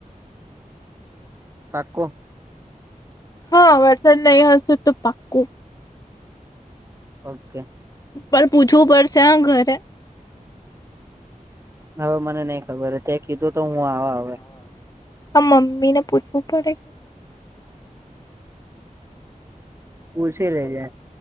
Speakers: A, on the right; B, on the left.
A: પાકો
B: હા વરસાદ નહી હશે તો પાક્કું
A: ઓકે
B: પણ પૂછવું પડશે હ ઘરે
A: હવે મને નઈ ખબર હ તે કીધું તો હું આવા હવે
B: આ મમ્મી ને પૂછવું પડે
A: પૂછી
B: નહી
A: લેજે